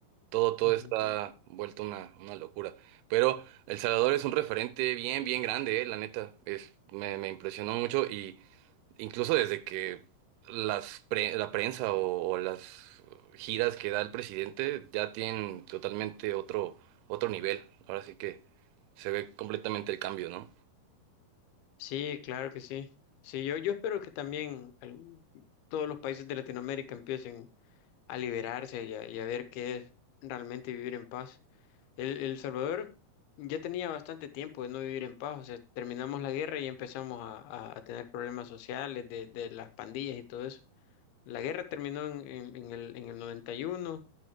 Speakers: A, on the right; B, on the left.
A: Todo, todo
B: Ujú.
A: está vuelto una, una locura. Pero El Salvador es un referente bien, bien grande, eh, la neta. Es, me, me impresionó mucho y incluso desde que las pre- la prensa o, o las giras que da el presidente ya tienen totalmente otro, otro nivel. Ahora sí que se ve completamente el cambio, ¿no?
B: Sí, claro que sí. Sí, yo, yo espero que también al- todos los países de Latinoamérica empiecen a liberarse y a, y a ver qué es realmente vivir en paz. El, El Salvador ya tenía bastante tiempo de no vivir en paz, o sea, terminamos la guerra y empezamos a, a- a tener problemas sociales de, de las pandillas y todo eso. La guerra terminó en, en- en el, en el 91,